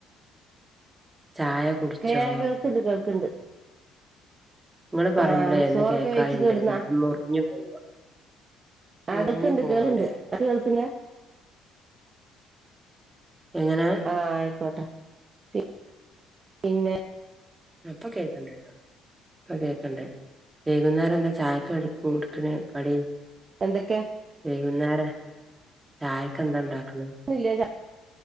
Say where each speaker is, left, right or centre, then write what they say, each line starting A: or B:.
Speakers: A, on the right (about 20°); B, on the right (about 40°).
A: ചായ കുടിച്ചോ
B: കേ കേൾക്ക്ണ്ട് കേൾക്ക്ണ്ട്
A: ഇങ്ങള് പറയുമ്പളേ
B: ആഹ്
A: ഒന്ന്
B: ചോറൊക്കെ
A: കേക്കായിണ്ട്
B: വെയ്ച്ച് കെട്ന്നാ
A: ചെലപ്പം മുറിഞ്ഞു പോവാ
B: ആഹ്
A: മുറിഞ്ഞു
B: കേൾക്ക്ണ്ട്
A: പോവ്ണ്ടേ
B: കേള്ണ്ട് ൻക്ക് കേൾക്ക്ണ്‌ല്ലാ
A: എങ്ങെനേ
B: ആഹ് ആയ്ക്കോട്ടെ പി പിന്നെ
A: ഉം ഇപ്പം കേക്ക്ണ്ട്ട്ടോ ഇപ്പം കേക്ക്ണ്ട് വൈകുന്നേരെന്താ ചായക്ക് കടി കൂട്ത്ത്ന് കടി
B: എന്തൊക്കെ
A: വെയ്കുന്നേര ചായക്കെന്താണ്ടാക്ക്ണ്
B: ന്നുല്ല്യ ച